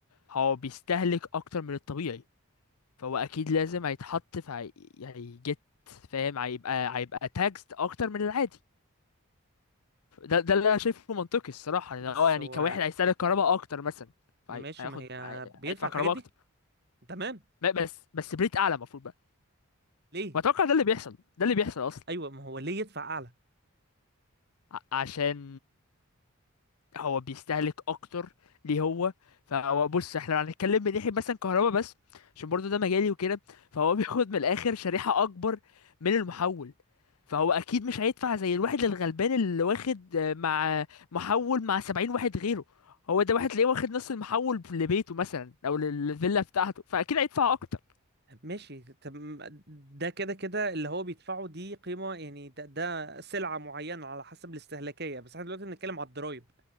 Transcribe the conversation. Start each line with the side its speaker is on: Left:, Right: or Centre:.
Left: هو بيستهلك اكتر من الطبيعي فهو اكيد لازم هيتحط في هي- هيجت فاهم هيبقى هيبقى تاكسد اكتر من العادي ده ده اللي انا شايفه منطقي الصراحه لأن
Right: بس
Left: هو يعني
Right: هو
Left: كواحد هيستهلك كهرباء اكتر مثلا فهي-
Right: ماشي
Left: هياخد
Right: ما هي
Left: هي-
Right: بيدفع
Left: هيدفع
Right: الحاجات
Left: كهرباء
Right: دي
Left: اكتر
Right: تمام
Left: ما- بس بس بريت اعلى المفروض بقى
Right: ليه
Left: واتوقع ده اللي بيحصل ده اللي بيحصل اصلا
Right: ايوه ما هو ليه يدفع اعلى
Left: ع- عشان هو بيستهلك اكتر ليه هو فهو بص احنا لو هنتكلم من ناحيه مثلا كهرباء بس عشان برضو ده مجالي وكده فهو <laughs> بياخد من الاخر شريحه اكبر من المحول فهو اكيد مش هيدفع زي الواحد الغلبان اللي واخد آه، مع محول مع سبعين واحد غيره هو ده واحد تلاقيه واخد نص المحول لبيته مثلا او للفيلا بتاعته فاكيد هيدفع اكتر
Right: ماشي تم ده كده كده اللي هو بيدفعه دي قيمه يعني ده, ده سلعه معينه على حسب الاستهلاكيه بس احنا دلوقتي بنتكلم على الضرايب